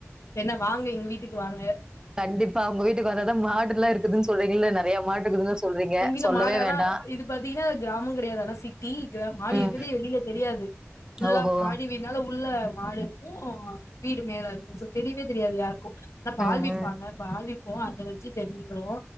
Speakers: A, on the left; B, on the right.
A: என்ன வாங்க எங்க வீட்டுக்கு வாங்க
B: கண்டிப்பா உங்க வீட்டுக்கு வர தா மாடு எல்லா இருக்குதுன்னு சொல்லீங்கல நறைய மாடு இருக்குதுன்னு சொல்றீங்க.
A: எங்க வீட்ல
B: சொல்லவே
A: மாடு அதா
B: வேண்டாம்.
A: இது பாத்தீங்னா கிராமோங்கெடையாது ஆனா சிட்டி க்ரா மாடு
B: ம்.
A: இருக்கதே வெளியே தெரியாது ஃபுல்லா
B: ஓஹோ!
A: மாடி வீட்னால உள்ள மாடு இருக்கூ வீடு மேல இருக்கூ சோ தெரியவே தெரியாது யாருக்கூ ந பாதிப்பாங்க
B: ம்ஹ்ம்.
A: பாதிப் வோ அத வச்சு தெரிஞ்சுருக்குவோ